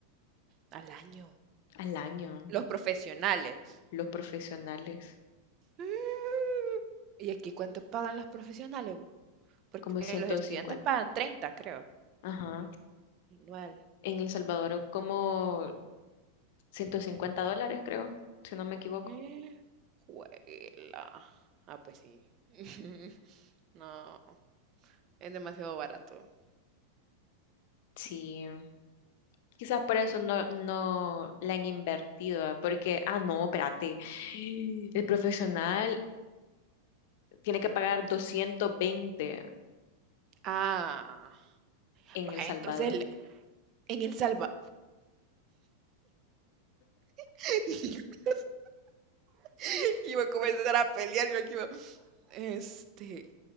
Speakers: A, on the right (about 40°); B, on the left (about 60°).
A: al año.
B: al año,
A: Los profesionales.
B: los profesionales,
A: Mm, ¿Y aquí cuánto pagan los profesionales? bu? Porque
B: como ciento
A: los estudiantes
B: cincuenta.
A: pagan treinta creo,
B: Ajá.
A: anual.
B: En El Salvador, como 150 dólares, creo, si no me equivoco.
A: Eh, juela. Ah, pues sí. <laughs> No, es demasiado barato.
B: Sí. Quizás por eso no, no la han invertido, ¿ah? porque, ah, no, espérate. El profesional tiene que pagar 220
A: Ah,
B: en
A: va,
B: El Salvador.
A: entonces el- en El Salvador. <laughs> <laughs> Iba a comenzar a pelear, yo aquí iba, este,